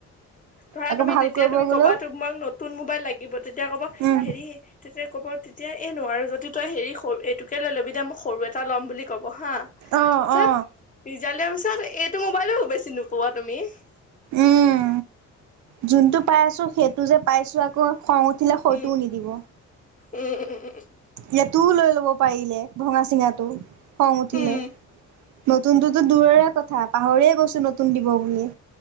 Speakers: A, on the left; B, on the right.
A: ধৰা
B: আকৌ
A: তুমি
B: ভাল
A: তেতিয়া
B: কৰিব
A: তুমি
B: গলেও
A: ক'বা! তোক মই নতুন মোবাইল লাগিব? তেতিয়া ক'ব
B: উম
A: হেৰি, তেতিয়া ক'ব তেতিয়া, এই নোৱাৰোঁ যদি তই হেৰি, সৰু এইটোকে লৈ ল'বি দে মই সৰু এটা ল'ম বুলি ক'ম। পঢ়া!
B: অ
A: পিছত,
B: অ
A: ৰিজাল্ট দিয়াৰ পিছত এইটো মোবাইলো বেছি নোপোৱা তুমি। <unintelligible>
B: উম যোনটো পাই আছোঁ, সেইটো যে, পাইছোঁ আকৌ। খং উঠিলে হয়টোও
A: উম
B: নিদিব।
A: <unintelligible>
B: ইয়াতো লৈ ল'ব পাৰিলে। ভঙা চিঙাটো খং উঠিলে!
A: উম উম
B: নতুনটোতো দূৰৰে কথা, পাহৰিয়ে গৈছোঁ নতুন দিব বুলিয়ে।